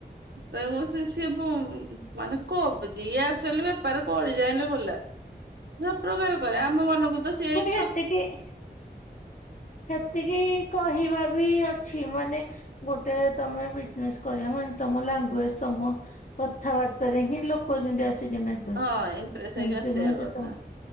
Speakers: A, on the right; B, on the left.
A: ତେ ମୋ ସେ ସିଏ ବଉ ମାନେ କବ ଯିଏ <unintelligible> ଲି ବେପାର କରି ଜାଣିଲେ ଭଲା। ସବୁ ପ୍ରକାର କରେ ଆମ ମାନଙ୍କୁ ତ ସିଏ
B: ପୁଣିି
A: ଏଇ ଛତା
B: ହେତିକି ଇଁ। ହେତିକି କହିବା ବି ଅ ଛି ମାନେ ଗୋଟେ ତମେ ବିଜନେସ କରିବ ମାନେ ତମ ଲାଙ୍ଗୁଏଜ ତମ କଥାବାର୍ତ୍ତାରେ ହିଁ ଲୋକ ଯେମିତି ଆସିକି ନେବ ବେ
A: ହଁ ଇମ୍ପ୍ରେସ ହେଇକି
B: ଏମତି
A: ଆସିବା
B: ନୁହେଁ
A: କଥା
B: ଯେ ତମ